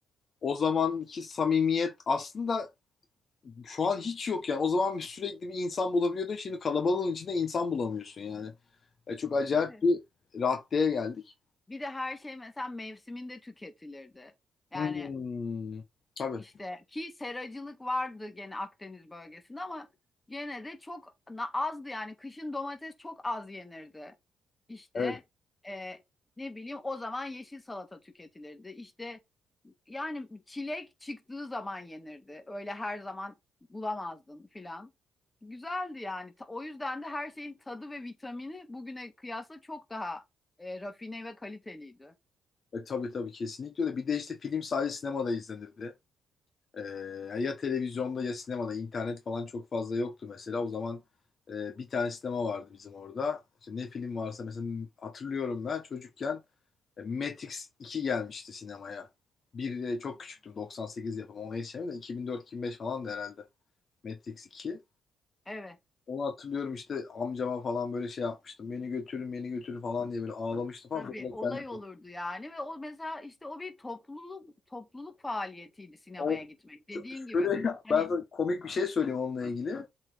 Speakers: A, on the left; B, on the left.
A: o zamanki samimiyet aslında şu an hiç yok yani o zaman sürekli bir insan bulabiliyordun şimdi kalabalığın içinde insan bulamıyorsun yani E, çok acayip
B: Evet.
A: bir raddeye geldik.
B: Bir de her şey mesela mevsiminde tüketilirdi. Yani
A: Hmm. Tabii
B: İşte ki seracılık vardı gene Akdeniz bölgesinde ama gene de çok azdı yani kışın domates çok az yenirdi. İşte
A: evet
B: e, ne bileyim o zaman yeşil salata tüketilirdi. İşte yani çilek çıktığı zaman yenirdi. Öyle her zaman bulamazdın filan. Güzeldi yani. Ta- O yüzden de her şeyin tadı ve vitamini bugüne kıyasla çok daha e, rafine ve kaliteliydi.
A: E, tabii tabii kesinlikle öyle bir de işte film sadece sinemada izlenirdi. Ee, ya televizyonda ya sinemada internet falan çok fazla yoktu mesela. O zaman e, bir tane sinema vardı bizim orada. İşte ne film varsa mesela hatırlıyorum ben çocukken e, Matrix 2 gelmişti sinemaya. Bir e, çok küçüktüm 98 yapımı ona yetişemem de 2004-2005 falan da herhalde Matrix iki
B: Evet.
A: Onu hatırlıyorum işte amcama falan böyle şey yapmıştım. Beni götürün beni götürün falan diye böyle ağlamıştı falan.
B: Tabii
A: Sonra
B: olay
A: kendim...
B: olurdu yani ve o mesela işte o bir topluluk topluluk faaliyetiydi sinemaya
A: O,
B: gitmek. Dediğin gibi
A: şöyle ben
B: hani
A: sana komik bir şey söyleyeyim onunla ilgili.